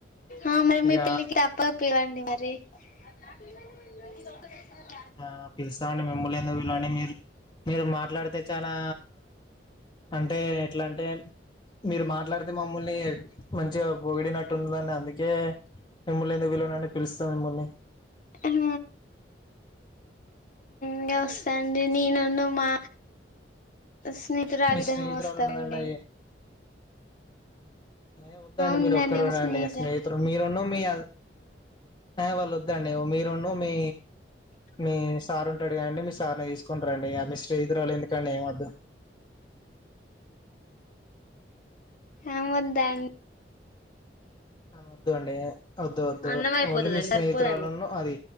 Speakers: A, on the left; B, on the left.
A: ఆ మ మీ
B: ఇక
A: పెళ్లికి తప్ప పిలవండి మరి <unintelligible>
B: ఆ పిలుస్తామండి మిమ్ముల్ని ఎందుకు పిలువని మీరు మాట్లాడితే చానా అంటే ఎట్లా అంటే మీరు మాట్లాడితే మమ్ముల్ని మంచిగా పొగిడినట్టుండదండి అందుకే మిమ్మల్ని ఎందుకు విలువనండి పిలుస్తా మిమ్మల్ని
A: హమ్ ఇగా వస్తాండి నేనును మా స్నేహితురాల
B: మీ
A: ఇద్దరం
B: స్నేహితురాలు
A: వస్తాం
B: ఉన్నదండి
A: అండి
B: ఏ వద్దాండి
A: ఉందండి
B: మీరు ఒక్కరు
A: మా
B: రాండి
A: స్నేహితులు
B: స్నేహితుడు మీరున్న మీ ఆ వాళ్ళ వద్దండి మీరున్న మీ మీ సార్ ఉంటాడు కాండి మీ సార్ని తీస్ సుకొని రండి ఆ మి స్నేహితురాలు ఎ వదండి ఏం వద్దు
A: ఆ వద్దా అం
B: అమే వద్దు అండి వద్దు వద్దు
A: అన్నం అయిపోతదండి
B: ఓన్లీ మీ స్నేహితురాలును
A: సరిపోదండి
B: అది